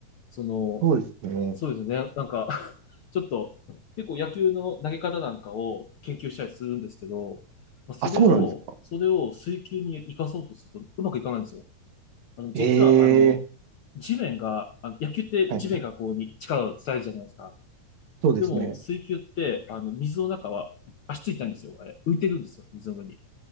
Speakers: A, on the left; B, on the right.
A: その、
B: そうですね。
A: そうですね。なんか <laughs> ちょっと結構野球の投げ方なんかを研究したりするんですけど、まあ、それを、
B: あ、そうなんですか。
A: それを水球に生かそうとするとうまくいかないんですよ。あの、実はあの、
B: ええ
A: 地面が、あの野球って地面がこうに力を伝えるじゃないですか。
B: はい。そうですね。
A: でも水球って、あの、水の中は足ついたんですよ。あれ浮いてるんですよ。水の上に。